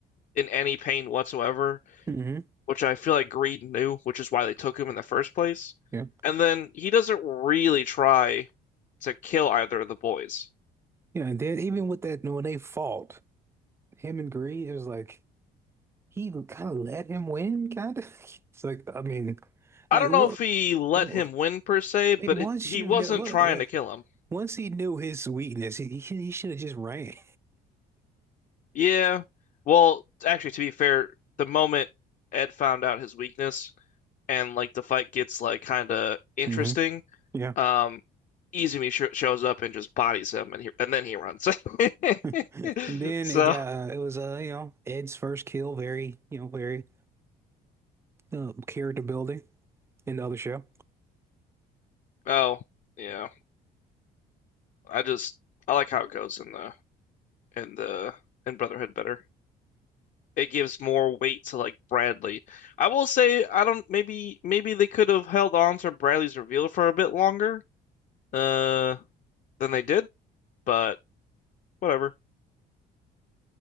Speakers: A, on the left; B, on the right.
A: in any pain whatsoever,
B: hmm
A: which I feel like Greed knew, which is why they took him in the first place.
B: Yeah.
A: And then he doesn't really try to kill either of the boys.
B: Yeah. And then even with that when they fought, him and Gray, it was like he kind of let him win, kind of. <laughs> It's like I mean,
A: I
B: I
A: don't
B: well,
A: know if he let
B: well,
A: him win per se, but
B: I mean,
A: it,
B: once
A: he
B: you
A: wasn't
B: know, what-
A: trying
B: uh,
A: to kill him.
B: once he knew his weakness, he he, he should have just ran.
A: Yeah. Well, actually, to be fair, the moment Ed found out his weakness and like the fight gets like kind of interesting,
B: hmm Yeah.
A: um, Izumi sh shows up and just bodies him, and he and then he runs. <laughs>
B: <laughs> And then
A: So,
B: it got it was uh you know Ed's first kill, very you know very uh, character building in the other show.
A: oh yeah, I just I like how it goes in the in the in Brotherhood better. It gives more weight to like Bradley. I will say I don't maybe maybe they could have held on to Bradley's reveal for a bit longer uh than they did, but. whatever.